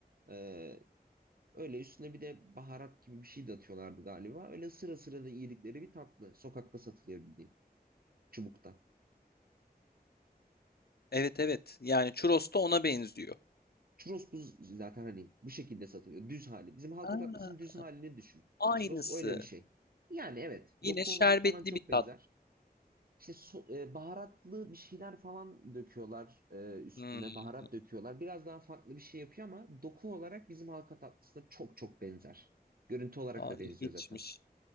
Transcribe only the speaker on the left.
Evet evet. Yani churros da ona benziyor.
Aa,
aynısı.
Yine
şerbetli
bir
tat.
Hmm.
Aa,
ilginçmiş.